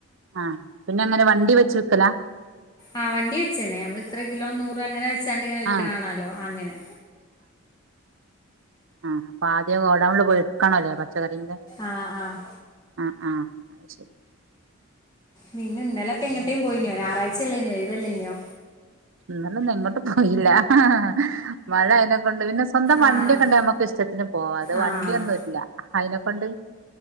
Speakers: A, on the right (about 60°); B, on the left (about 20°).
A: ആ പിന്നെ അങ്ങനെ വണ്ടി വെച്ച് വിക്കല?
B: ആ വണ്ടീ വെച്ചേനെ നമ്മൾ ഇത്ര കിലോ നൂറ് അങ്ങനെ ച്ചാണ്ട് ഇങ്ങനെ വിൽക്കണാലോ
A: ആഹ്
B: അങ്ങനെ
A: ആ അപ്പൊ ആദ്യ ഗോഡൗണിൽ പോയി എടുക്കണലേ പച്ചക്കറിന്റെ
B: ആഹ് ആഹ്
A: ആ ആ അഹ് ശെരി.
B: പിന്നെ ഇന്നലൊക്കെ എങ്ങട്ടേലും പോയിനോ ഞായറാഴ്ച്ചല്ലൈനെ ഒഴിവല്ലയ്നോ?
A: ഇന്നാലൊന്നും എങ്ങട്ടും പോയില്ല ഹ മഴ അയിനെക്കൊണ്ട് പിന്നെ സ്വന്തം വണ്ടിയൊക്കെണ്ട
B: ആഹ്
A: ഞമ്മക്ക് ഇഷ്ടത്തിന് പോവാ അത്
B: ആഹ്
A: വണ്ടിയൊന്നുല്ല അയിനെ പണ്ട്